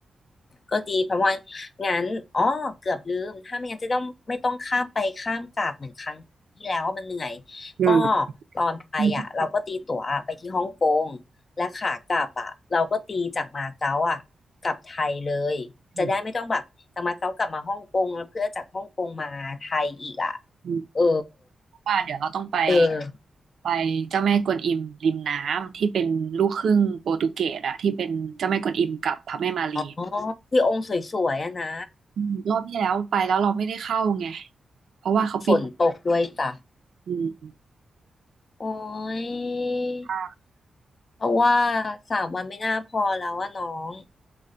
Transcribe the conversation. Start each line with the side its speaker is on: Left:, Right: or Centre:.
Left: ก็ดีเพราะว่างั้นอ๋อเกือบลืมถ้าไม่งั้นจะต้องไม่ต้องข้ามไปข้ามกลับเหมือนครั้งที่แล้วมันเหนื่อย
Right: อืม
Left: ก็ตอนไปอ่ะเราก็ตีตั๋วไปที่ฮ่องกงและขากลับอ่ะเราก็ตีจากมาเก๊าอ่ะกลับไทยเลยจะได้ไม่ต้องแบบจากมาเก๊ากลับมาฮ่องกงแล้วเพื่อจากฮ่องกงมาไทยอีกอ่ะ
Right: อืมอืมอืม
Left: เออ
Right: เพราะว่าเดี๋ยวเราต้องไป
Left: เออ
Right: ไปเจ้าแม่กวนอิมริมน้ำที่เป็นลูกครึ่งโปรตุเกสอะที่เป็นเจ้าแม่กวนอิมกับพระแม่มารี
Left: อ๋อ ที่องค์สวยๆอะนะ
Right: อืมรอบที่แล้วไปแล้วเราไม่ได้เข้าไงเพราะว่าเขาปิด
Left: ฝนตกด้วยจ้ะ
Right: อืม
Left: โอ้ย
Right: <laughs>
Left: เพราะว่าสามวันไม่น่าพอแล้วอะน้อง